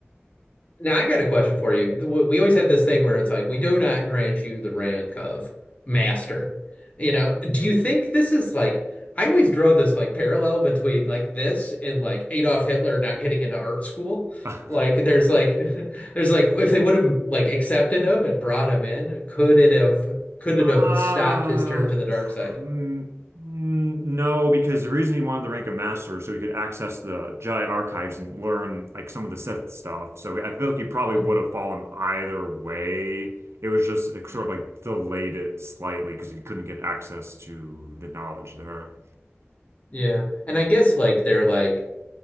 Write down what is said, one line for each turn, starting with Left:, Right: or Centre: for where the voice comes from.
Left: Now I've got a question for you. The- We always have this thing where it's like we do not grant you the rank of master. You know, do you think this is like I always draw this like parallel between like this and like Adolf Hitler not getting into art school.
Right: <laughs>
Left: Like there's like <laughs> there's like if they would have like accepted him and brought him in, could it have could it
Right: Uh,
Left: have stopped his turn to the dark side?
Right: mm, mm, no, because the reason he wanted to rank a master is so he could access the Jedi archives and learn like some of the Sith stuff. So I feel like he probably
Left: Mm,
Right: would have fallen either way. It was just it sort
Left: mm.
Right: of like delayed it slightly because he couldn't get access to the knowledge there.
Left: Yeah. And I guess like they're like